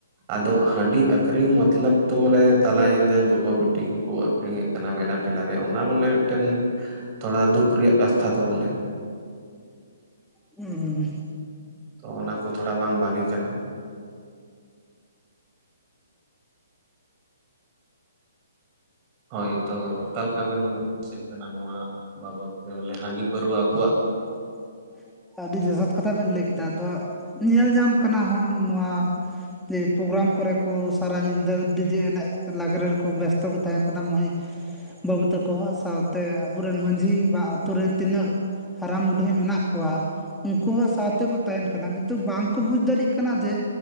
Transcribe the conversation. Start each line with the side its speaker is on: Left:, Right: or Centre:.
Right: ᱟᱫᱚ ᱦᱟᱺᱰᱤ ᱟᱹᱠᱷᱨᱤᱧ ᱢᱚᱛᱞᱚᱵ ᱛᱮ ᱵᱚᱞᱮ ᱛᱟᱞᱟ ᱧᱤᱫᱟᱹ ᱜᱚᱜᱚ ᱵᱤᱴᱤ ᱠᱚᱠᱚ ᱟᱹᱠᱷᱨᱤᱧᱮᱫ ᱢᱮᱞᱟ ᱴᱮᱞᱟ ᱨᱮ ᱚᱱᱟ ᱵᱚᱞᱮ ᱢᱤᱫᱴᱮᱱ ᱛᱷᱚᱲᱟ ᱫᱩᱠ ᱨᱮᱭᱟᱜ ᱠᱟᱛᱷᱟ ᱫᱚ ᱵᱚᱞᱮ ᱾
Centre: ᱦᱩᱸ
Right: ᱛᱚ ᱚᱱᱟ ᱠᱚ ᱛᱷᱚᱲᱟ ᱵᱟᱝ ᱵᱷᱟᱜᱮ ᱠᱟᱱᱟ ᱾ ᱦᱳᱭ ᱛᱚ ᱚᱠᱟ ᱞᱮᱠᱟ ᱵᱮᱱ ᱦᱩᱫᱤᱥᱚᱜ ᱠᱟᱱᱟ ᱱᱚᱣᱟ ᱵᱟᱵᱚᱛ ᱛᱮ ᱵᱚᱞᱮ ᱦᱟᱺᱰᱤ ᱯᱟᱹᱨᱣᱟᱹ ᱟᱵᱚᱣᱟᱜ
Centre: <inaudible> ᱟᱹᱰᱤ ᱡᱚᱛᱷᱟᱛ ᱠᱟᱛᱷᱟ ᱵᱮᱱ ᱞᱟᱹᱭ ᱠᱮᱫᱟ ᱾ ᱟᱫᱚ ᱧᱮᱞ ᱧᱟᱢ ᱠᱟᱱᱟ ᱦᱚᱸᱜ ᱱᱚᱣᱟ ᱡᱮ ᱯᱨᱳᱜᱨᱟᱢ ᱠᱚᱨᱮ ᱠᱚ ᱥᱟᱨᱟ ᱧᱤᱫᱟᱹ ᱰᱤᱡᱮ ᱮᱱᱮᱡ ᱞᱟᱜᱽᱲᱮ ᱨᱮᱠᱚ ᱵᱮᱥᱛᱚ ᱠᱚ ᱛᱟᱦᱮᱱ ᱠᱟᱱᱟ ᱢᱟᱹᱭ ᱵᱟᱹᱵᱩ ᱛᱟᱠᱚ ᱦᱚᱸ ᱥᱟᱶᱛᱮ ᱟᱵᱚᱨᱮᱱ ᱢᱟᱺᱡᱷᱤ ᱵᱟ ᱟᱛᱳ ᱨᱮᱱ ᱛᱤᱱᱟᱹᱜ ᱦᱟᱨᱟᱢ ᱵᱩᱰᱷᱟᱹᱭ ᱢᱮᱱᱟᱜ ᱠᱚᱣᱟ ᱩᱱᱠᱩ ᱦᱚᱸ ᱥᱟᱶᱛᱮᱠᱚ ᱛᱟᱦᱮᱱ ᱠᱟᱱᱟ ᱠᱤᱱᱛᱩ ᱵᱟᱝᱠᱚ ᱵᱩᱡᱽ ᱫᱟᱲᱮᱭᱟᱜ ᱠᱟᱱᱟ ᱡᱮ